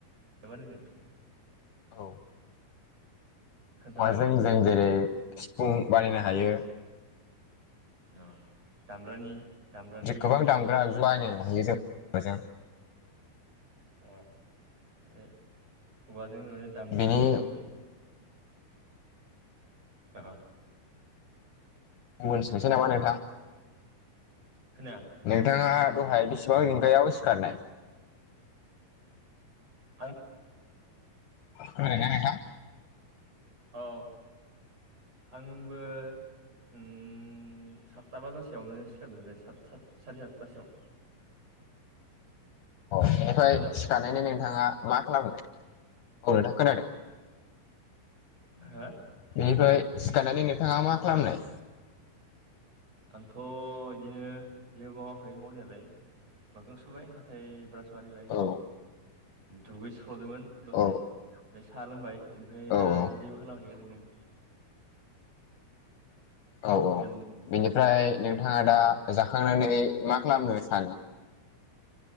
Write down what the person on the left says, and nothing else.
औ।
औवाजों
जों जेरै सिफुं बानायनो हायो।
गोबां
दामग्रा आगजु
बायनो हायो जों औवाजों।
बिनि
गुबुन सोंसै नामा नोंथां?
नोंथाङा दहाय बेसेबां रिंगायाव सिखारनाय?
खोनादोंना नोंथां?
अ बेनिफ्राय
सिखारनो नोंथाङा मा खालामो? औ नोंथां खोनादों।
बिनिफ्राय सिखारनानै नोंथाङा मा खालामनाय?
औ
औ
औ
औ
औ औ
बेनिफ्राय नोंथाङा
दा
जाखांनानै मा खालामनो सानो।